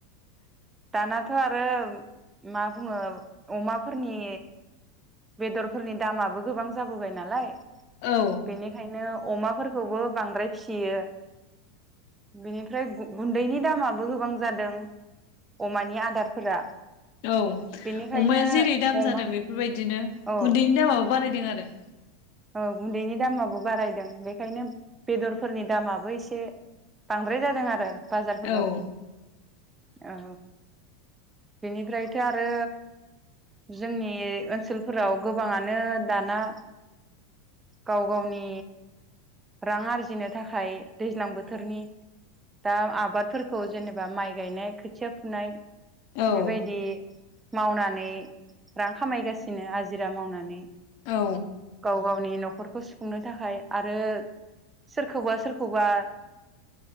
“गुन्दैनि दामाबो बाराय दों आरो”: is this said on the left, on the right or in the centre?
Left